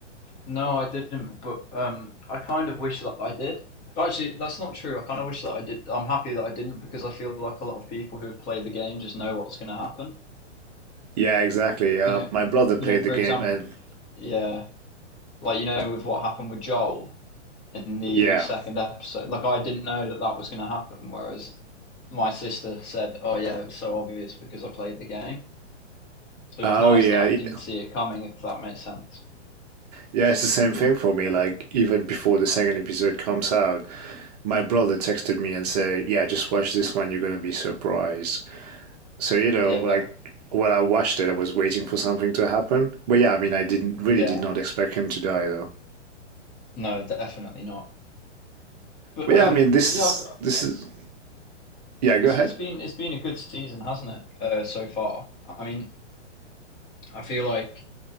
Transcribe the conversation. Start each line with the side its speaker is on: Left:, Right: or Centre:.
Left: No, I didn't, but um I kind of wish that I did. Actually, that's not true. I kind of wish that I did. I'm happy that I didn't because I feel like a lot of people who have played the game just know what's going to happen.
Right: Yeah, exactly. Uh,
Left: You know,
Right: my brother played
Left: you know, for
Right: the game,
Left: example,
Right: and
Left: yeah, like you know, with what happened with Joel, in the
Right: yeah.
Left: second episode. Like I didn't know that that was going to happen, whereas my sister said, "Oh yeah, it was so obvious because I played the game." So
Right: Oh
Left: it was nice
Right: yeah,
Left: that I
Right: y-
Left: didn't see it coming, if that makes sense.
Right: yeah. It's the same thing for me. Like even before the second episode comes out, my brother texted me and said, "Yeah, just watch this one. You're gonna be surprised." So you know,
Left: Yeah,
Right: like when I watched it, I was waiting for something to happen. But yeah, I mean, I didn't really
Left: yeah,
Right: did not expect him to die though.
Left: no, definitely not. But
Right: But
Left: um,
Right: yeah, I mean, this
Left: yeah,
Right: is this is yeah. Go
Left: it's
Right: ahead.
Left: it's been it's been a good season, hasn't it? Uh, so far, I mean, I feel like